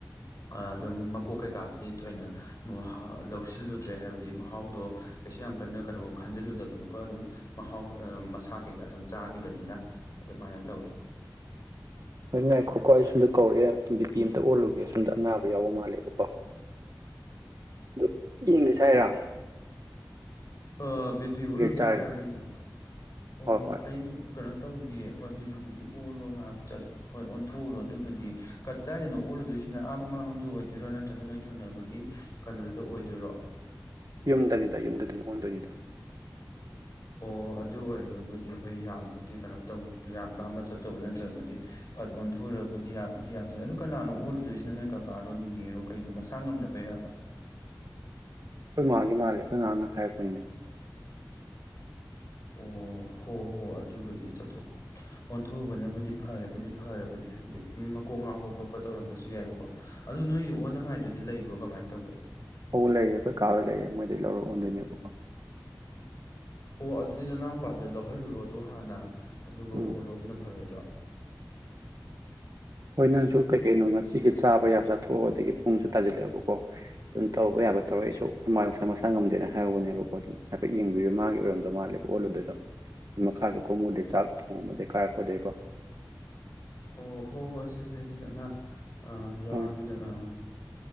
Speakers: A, on the left (about 50°); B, on the right (about 60°).
A: ꯑꯥ ꯑꯗꯨꯝ ꯃꯀꯣꯛ ꯀꯩꯀꯥꯗꯨꯗꯤ ꯊꯣꯏꯅ ꯃꯍꯥ ꯂꯧꯁꯤꯜꯂꯨꯗ꯭ꯔꯦ ꯍꯥꯏꯕꯗꯤ ꯃꯍꯥꯎꯗꯣ ꯀꯩꯁꯨ ꯌꯥꯝ ꯀꯟꯅ ꯀꯅꯣ ꯈꯟꯖꯟꯂꯨꯗꯕꯗꯣꯀꯣ ꯑꯗꯨꯝ ꯃꯍꯥꯎ ꯑꯥ ꯃꯁꯥ ꯀꯩꯀꯥ ꯁꯨꯝ ꯆꯥꯒꯤꯕꯅꯤꯅ ꯑꯗꯨꯃꯥꯏꯅ ꯇꯧꯋꯦ
B: ꯍꯣꯏ ꯉꯥꯏꯈꯣꯀꯣ ꯑꯩ ꯁꯨꯟꯗ ꯀꯧꯔꯛꯑꯦ ꯕꯤ ꯄꯤ ꯑꯝꯇ ꯑꯣꯜꯂꯨꯒꯦ ꯁꯨꯝꯗ ꯑꯅꯥꯕ ꯌꯥꯎꯕ ꯃꯥꯜꯂꯦꯕꯀꯣ ꯑꯗꯨ ꯌꯦꯟꯒ ꯆꯥꯏꯔ
A: ꯑꯥ ꯕꯤ ꯄꯤ ꯑꯣꯜꯂꯨꯒꯦ
B: ꯆꯥꯔꯒꯦ
A: ꯍꯥꯏꯔꯣ ꯅꯪꯒꯤ ꯑꯣ
B: ꯍꯣꯏ ꯍꯣꯏ
A: ꯑꯩ ꯀꯩꯅꯣ ꯇꯧꯗꯤꯌꯦ ꯍꯣꯏ ꯕꯤ ꯄꯤꯕꯨꯗꯤ ꯑꯣꯜꯂꯣ ꯉꯥꯍꯥꯛ ꯆꯠ ꯍꯣꯏ ꯑꯣꯟꯊꯣꯛꯎꯔꯣ ꯑꯗꯨꯕꯨꯗꯤ ꯀꯗꯥꯏꯗꯅꯣ ꯑꯣꯜꯂꯨꯗꯨꯏꯁꯤꯅ ꯑꯥ ꯃꯃꯥꯡꯂꯣꯝꯗ ꯑꯣꯏꯗꯣꯏꯔꯣ ꯅꯠꯇ꯭ꯔꯒ ꯅꯣꯏ ꯊꯪꯅꯕꯒꯤ ꯀꯅꯣꯗꯨꯗ ꯑꯣꯏꯗꯣꯏꯔꯣ
B: ꯌꯨꯝꯗꯅꯤꯗ ꯌꯨꯝꯗ ꯑꯗꯨꯝ ꯑꯣꯟꯗꯣꯏꯅꯤꯗ
A: ꯑꯣ ꯑꯗꯨ ꯑꯣꯏꯔꯒꯕꯨꯗꯤ ꯍꯣꯏ ꯌꯥꯝꯕꯨꯗꯤ ꯀꯩꯅꯣ ꯇꯧ ꯌꯥꯝ ꯂꯥꯞꯅ ꯆꯠꯇꯧꯕ ꯅꯠꯇ꯭ꯔꯕꯨꯗꯤ ꯐꯠ ꯑꯣꯟꯊꯣꯛꯎꯔꯕꯨꯗꯤ ꯌꯥꯕꯨꯗꯤ ꯌꯥꯕꯖ ꯑꯗꯨ ꯀꯅꯥꯅꯣ ꯑꯣꯜꯂꯨꯗꯣꯏꯁꯤꯅ ꯅꯣꯏ ꯀꯀꯥꯔꯣ ꯅꯤꯅꯦꯔꯣ ꯀꯩꯅꯣ ꯃꯁꯥ ꯉꯝꯗꯕꯩꯔꯕ
B: ꯈꯣꯏ ꯃꯥꯒꯤ ꯃꯥꯜꯂꯦ ꯑꯈꯣꯏ ꯃꯥꯅ ꯍꯥꯏꯔꯛꯄꯅꯤꯅꯦ
A: ꯑꯣ ꯍꯣ ꯍꯣ ꯑꯗꯨꯕꯨꯗꯤ ꯆꯠꯊꯣꯛ ꯑꯣꯟꯊꯣꯛꯎꯕꯅꯕꯨꯗꯤ ꯐꯔꯕꯨꯗꯤ ꯐꯔꯕꯅꯦ ꯍꯥꯏꯕꯗꯤ ꯃꯀꯣꯛ ꯉꯥꯎꯕ ꯈꯣꯠꯄ ꯇꯧꯔꯝꯕꯁꯨ ꯌꯥꯏꯕꯀꯣ ꯑꯗꯨ ꯅꯣꯏꯒꯤ ꯑꯣꯟꯅꯉꯥꯏꯗꯨꯗꯤ ꯂꯩꯕ꯭ꯔꯣ ꯀꯃꯥꯏ ꯇꯧꯒꯦ
B: ꯑꯧ ꯂꯩꯌꯦ ꯑꯈꯣꯏ ꯀꯥꯍꯣꯏ ꯂꯩꯌꯦ ꯃꯣꯏꯗꯩ ꯂꯧꯔ ꯑꯣꯟꯗꯣꯏꯅꯦꯕꯀꯣ
A: ꯑꯣ ꯑꯗꯨꯗꯤ ꯅꯅꯥꯎ ꯄꯥꯗ ꯂꯧꯍꯜꯂꯨꯔꯣ ꯑꯗꯣ ꯍꯥꯟꯅ ꯑꯗꯨꯒ
B: ꯎꯝ
A: ꯑꯣꯜꯂꯣ ꯑꯗꯨꯅ ꯐꯔꯣꯏꯗ꯭ꯔꯣ
B: ꯍꯣꯏ ꯅꯪꯁꯨ ꯀꯩ ꯀꯩꯅꯣ ꯉꯁꯤꯒꯤ ꯆꯥꯕ ꯌꯥꯕ ꯆꯥꯊꯣꯛꯑꯣ ꯑꯗꯒꯤ ꯄꯨꯡꯁꯨ ꯇꯥꯖꯤꯜꯂꯛꯑꯦꯕꯀꯣ ꯑꯗꯨꯝ ꯇꯧꯕ ꯌꯥꯕ ꯇꯧꯔ ꯑꯩꯁꯨ ꯑꯈꯣꯏꯃꯥ ꯉꯁꯥꯏ ꯃꯁꯥ ꯉꯝꯗꯦꯅ ꯍꯥꯏꯍꯧꯕꯅꯦꯕꯀꯣ ꯑꯗꯨꯝ ꯍꯥꯏꯐꯦꯠ ꯌꯦꯡꯕꯤꯔꯨ ꯃꯥꯒꯤ ꯑꯣꯏꯔꯝꯗꯧ ꯃꯥꯜꯂꯦꯕ ꯑꯣꯜꯂꯨꯗꯣꯏꯗꯣ ꯃꯈꯥꯖꯨ ꯀꯨꯝꯃꯨꯗ꯭ꯔꯦ ꯆꯥꯛ ꯊꯣꯡꯉꯝꯕꯗꯩ ꯀꯥꯔꯛꯄꯗꯩꯀꯣ
A: ꯑꯣ ꯍꯣꯏ ꯍꯣꯏ ꯁꯦꯁꯦ ꯑꯗꯨꯗꯤ ꯑꯅꯥ ꯑ ꯌꯥꯎꯔꯝꯃꯤꯅ
B: ꯎꯝ
A: ꯑꯥ